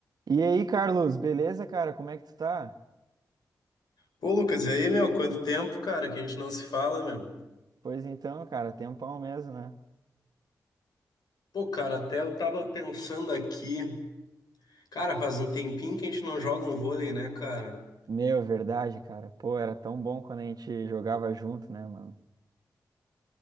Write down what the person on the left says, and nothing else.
Pô, Lucas, e aí, meu? Quanto tempo, cara, que a gente não se fala, meu?
Pô, cara, até eu tava pensando aqui. Cara, faz um tempinho que a gente não joga um vôlei, né, cara?